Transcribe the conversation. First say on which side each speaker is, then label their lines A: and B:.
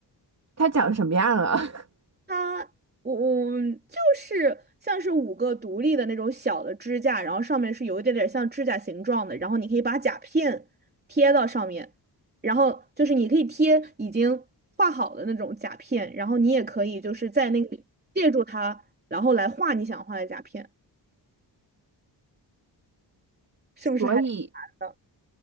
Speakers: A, on the right; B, on the right.
A: 它长什么样了。<laughs>
B: 它，我我就是像是五个独立的那种小的支架，然后上面是有一点点像指甲形状的，然后你可以把甲片贴到上面，然后就是你可以贴已经画好的那种甲片，然后你也可以就是在那个借助它，然后来画你想画的甲片，是不是还挺难的？
A: 所以，